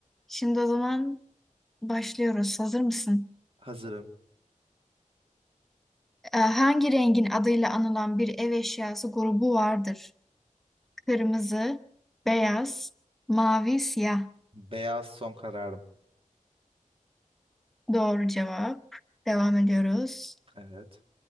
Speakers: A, in the centre; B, on the right.
A: Şimdi o zaman başlıyoruz. Hazır mısın?
B: Hazırım.
A: Ee, hangi rengin adıyla anılan bir ev eşyası grubu vardır? Kırmızı, beyaz, mavi, siyah.
B: Beyaz son kararım.
A: Doğru cevap. Devam ediyoruz.
B: Evet.